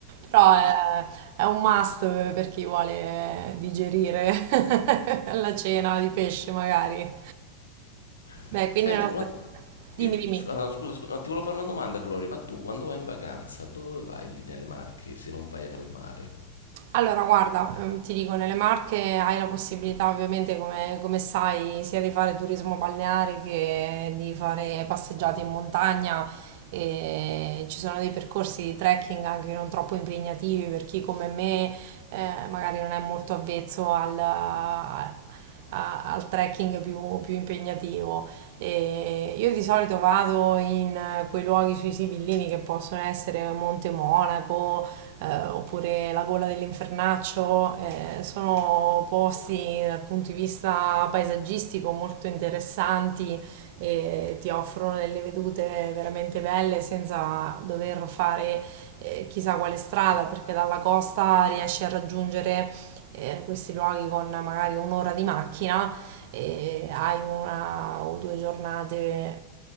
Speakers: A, on the right; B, on the left.
A: Però è, è un must per chi vuole digerire <laughs> la cena di pesce, magari.
B: <laughs>
A: Beh, quindi...
B: Senti,
A: la nostra-
B: una,
A: Dimmi,
B: io-
A: dimmi.
B: ah, no, scusa, scusa, no, ti volevo fare una domanda, Gloria, ma tu quando vai in vacanza, dove vai lì nelle Marche se non vai al mare?
A: Allora, guarda, ehm, ti dico, nelle Marche hai la possibilità, ovviamente, come, come sai, sia di fare turismo balneare che di fare passeggiate in montagna. E ci sono dei percorsi di trekking anche non troppo impegnativi per chi come me eh, magari non è molto avvezzo al, a- al trekking più, più impegnativo. E io di solito vado in eh, quei luoghi sui Sibillini che possono essere Monte Monaco eh, oppure La gola dell'infernaccio, eh, sono posti dal punto di vista paesaggistico molto interessanti e ti offrono delle vedute veramente belle senza dover fare eh, chissà quale strada, perché dalla costa riesci a raggiungere eh, questi luoghi con magari un'ora di macchina e hai una o due giornate eh,